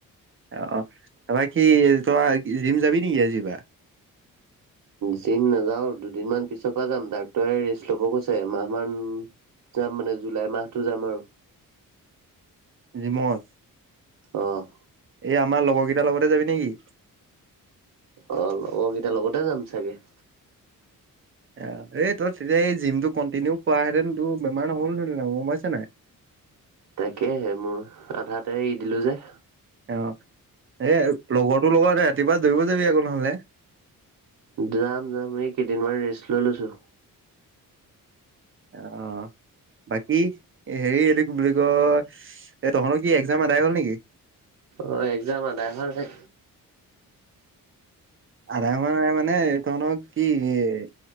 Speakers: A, on the right (about 35°); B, on the right (about 65°).
A: অ' তপা কি তোমাৰ জিম যাবি নেকি আজি পা?
B: যিম নাযাওঁ, দুদিনমান পিছৰ পৰা যাম ডাক্টৰে ৰেষ্ট ল'ব কৈছে এমাহ মান। যাম মানে জুলাই মাহতো যাম আৰু।
A: জিমত।
B: অঁ'
A: এই আমাৰ লগৰ গিটাৰ লগতে যাবি নেকি?
B: অ' লগগিটাৰ লগতে যাম চাগে।
A: অ, এই তই তেতিয়া এই জিমটো কণ্টিনিউ কৰা হেতেন তোৰ বেমাৰ নহ'ল হেতেন হ'লে গম পাইছা নাই?
B: তাকেহে, মোৰ আধাতে এৰি দিলো যে।
A: অঁ, এই লগৰটো লগতে ৰাতিপুৱা দৌৰিব যাবি আকৌ নহলে।
B: যাম যাম, এই কেইদিনমান ৰেষ্ট লৈ লৈছো।
A: অঁ' বাকী হেৰি এইটো কি বুলি কয় এ তহঁতৰ কি এক্সজাম এদায় হ'ল নেকি?
B: অঁ এক্সজাম আদাই হোৱা নাই।
A: আদায় হোৱা নাই মানে, এ তহঁৰ কি এ-